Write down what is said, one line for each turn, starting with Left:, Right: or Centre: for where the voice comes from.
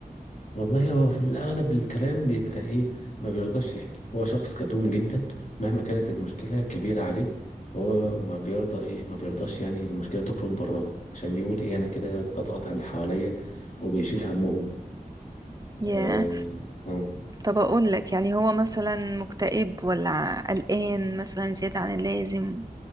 Left: والله هو في الأغلب الكلام بيبقى إيه ما بيرضاش يحكي هو شخص كتوم جدا مهما كانت المشكلة كبيرة عليه فهو ما بيرضى إيه ما بيرضاش يعني المشكلة تخرج براها عشان بيقول إيه أنا كده بضغط على اللي حواليا وبيشيل همهم
Right: ياه
Left: آه آه.
Right: طب اقول لك يعني هو مثلا مكتئب ولا قلقان مثلا زياده عن اللازم